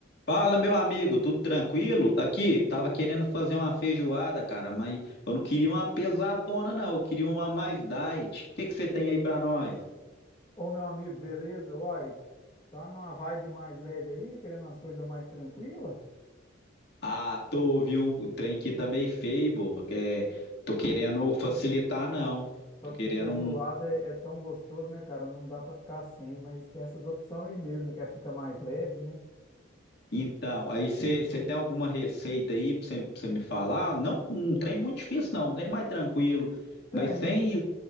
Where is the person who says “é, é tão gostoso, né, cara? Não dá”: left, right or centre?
Left